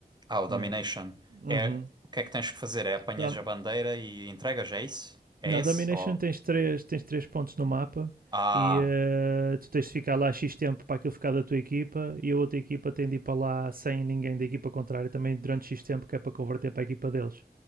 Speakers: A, on the right; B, on the right.
A: Ah, o Domination.
B: Yeah. Uhum.
A: É, o que é que tens que fazer? É apanhas
B: Dá-
A: a bandeira e entregas, é isso? É
B: Não,
A: esse?
B: Domination
A: Ou...
B: tens três, tens três pontos no mapa
A: Ah,
B: e eh, tu tens de ficar lá X tempo para aquilo ficar da tua equipa e a outra equipa tem de ir para lá sem ninguém da equipa contrária também durante X tempo que é para converter para a equipa deles.